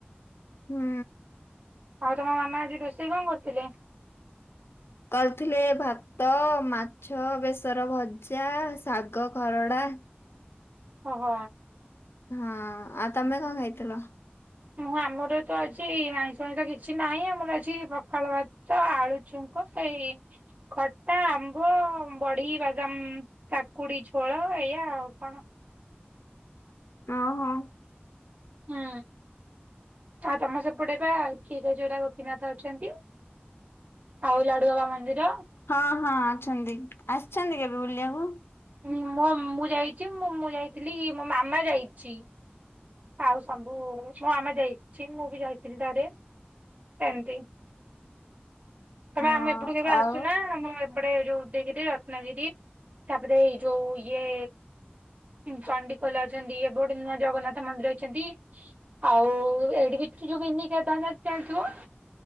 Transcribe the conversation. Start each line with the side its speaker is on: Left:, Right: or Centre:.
Left: ହୁଁ।
Right: ଆଉ ତମ ମାମା ଆଜି ରୋଷେଇ କଣ କରିଥିଲେ?
Left: କରିଥିଲେ ଭାତ ମାଛ ବେସର ଭଜା ଶାଗ ଖରଡ଼ା
Right: ଅ ହ।
Left: ହଁ ଆ ତମେ କଣ ଖାଇଥିଲ?
Right: ମୁଁ ଆମର ତ ଆଜି ଆଇଁଷ ଫାଇଁଷ କିଛି ନାହିଁ ଆମର ଆଜି ପଖାଳ ଭାତ୍‌ ତ ଆଳୁ ଚ୍ଛୁଙ୍କ ଏଇ ଖଟା ଆମ୍ବ ବଢ଼ି ବାଦାମ୍ କାକୁଡି ଝୋଳ ଏଇୟା ଆଉ କଣ।
Left: ଅଉ ହଁ।
Right: ହୁଁ, ଆଉ ତମ ସେପଟେ ବା ଖୀର ଚୋରା ଗୋପୀନାଥ ଅଛନ୍ତି। ଆଉ ଲାଡୁବାବା ମନ୍ଦିର।
Left: ହଁ ହଁ ଅଛନ୍ତି ଆସିଛନ୍ତି କେବେ ବୁଲିବାକୁ?
Right: ହୁଁ ମୋ ମୁଁ ଯାଇଚି ମୋ ମୁଁ ଯାଇଥିଲି ମୋ ମାମା ଯାଇଛି। ଆଉ ସମ୍ବୁ ମୋ ମାମା ଯାଇଛି ମୁଁ ବି ଯାଇଥିଲି ତାଡେ। ଏମ୍ତି। ତମ
Left: ହଁ
Right: ଆମେ ଏପଟୁକୁ କେବେ
Left: ଆଉ
Right: ଆସୁନା ଆମ ଏପଡେ ଯୋଉ ଉଦୟଗିରି ନା ଗିରି ତାପରେ ଏଇ ଯୋଉ ଇଏ ଚଣ୍ଡିିଖୋଲ ଅଛନ୍ତି ଏବେ ଗୋଟେ ନୂଆ ଜଗନ୍ନାଥ ମନ୍ଦିର ହେଇଛନ୍ତି। ଆଉ ଏଡିକି ଯୋଉ ମିନି କେଦାରନାଥ ଟା ହେଇଥିବ।